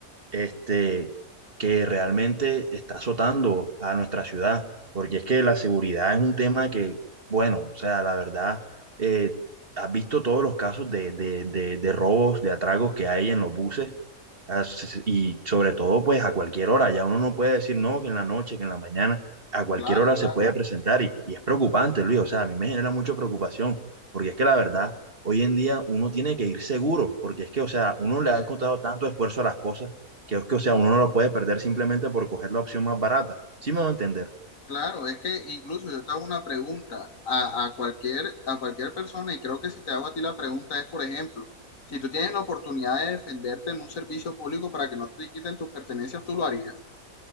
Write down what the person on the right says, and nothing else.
este, que realmente está azotando a nuestra ciudad, porque es que la seguridad es un tema que, bueno, o sea, la verdad, eh, has visto todos los casos de, de, de, de robos, de atragos que hay en los buses, as- y sobre todo, pues a cualquier hora, ya uno no puede decir no, que en la noche, que en la mañana, a cualquier
hora
se puede Claro. presentar, y, y es preocupante, Luis, o sea, a mí me genera mucha preocupación, porque es que la verdad, hoy en día uno tiene que ir seguro, porque es que, o sea, uno
le ha
encontrado tanto esfuerzo a las cosas que es que, o sea, uno no lo puede perder simplemente por coger la opción más barata. ¿Sí me va a entender?